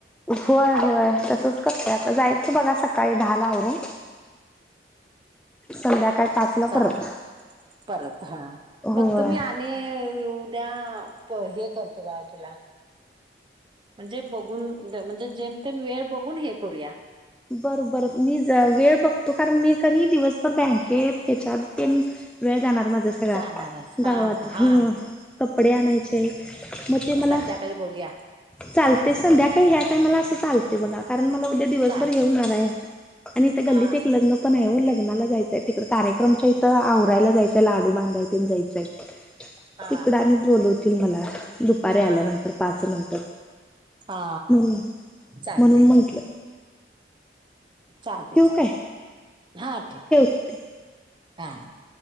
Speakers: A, in the centre; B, on the right.
A: होय होय तसच करतेय आता
B: हम्म.
A: जायचं बघा सकाळी दहा आवरून, संध्याकाळी पाचला
B: ग
A: परत
B: परत हा
A: होय
B: बघ तुम्ही आणि, उद्या हे करतो बा तुला, म्हणजे बघून म्हणजे जेम तेम वेळ बघून हे करूया,
A: बर बर मी वेळ बघतो कारण, मी क दिवसभर बँकेत ह्याच्यात, वेळ जाणार माझा सगळा
B: जाणार आहेस हा
A: गावात,
B: हा हा हा
A: कपडे आणायचे मग ते मला,
B: त्यााकाळी बघू या,
A: चालते संध्याकाळी ह्या काय मला असं चालते बघा, कारण मला उद्या दिवसभर
B: चालतंय
A: हेऊणार आहे, आणि इथ
B: हा
A: गल्लीत एक लग्न पण आहे लग, लगला जायचंय तिकड कार्यक्रमच्या इथं आवरायला जायचंय लाडू बांधाय जायचाय,
B: हा
A: तिकडं
B: हा
A: आणि बोलवतील, मला दुपारी आल्यानंतर
B: हा
A: पाच नंतर,
B: हा
A: म्हणून
B: चालतंय
A: म्हणून म्हंटलं,
B: चालते
A: ठेवू
B: चालते
A: काय
B: हा, ठेवा
A: ठेवते
B: हा,